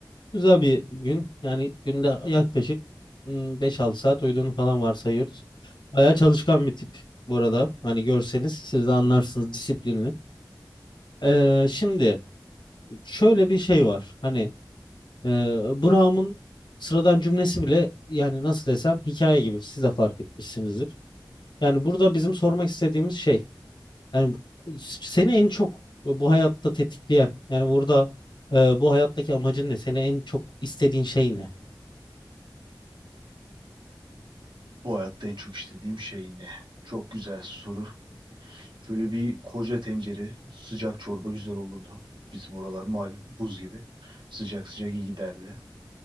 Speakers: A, on the left; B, on the right.
A: Güzel bir gün. Yani günde yaklaşık hmm, 5-6 saat uyuduğunu falan varsayıyoruz. Bayağı çalışkan bir tip bu arada. Hani görseniz siz de anlarsınız disiplinli. Ee, şimdi şöyle bir şey var. Hani e, Brown'un sıradan cümlesi bile yani nasıl desem hikaye gibi siz de fark etmişsinizdir. Yani burada bizim sormak istediğimiz şey yani seni en çok bu hayatta tetikleyen yani burada e, bu hayattaki amacın ne? Seni en çok istediğin şey ne?
B: Bu hayatta en çok istediğim şey ne? Çok güzel soru. Şöyle bir koca tencere sıcak çorba güzel olurdu. Bizim oralar malum buz gibi. Sıcak sıcak iyi giderdi.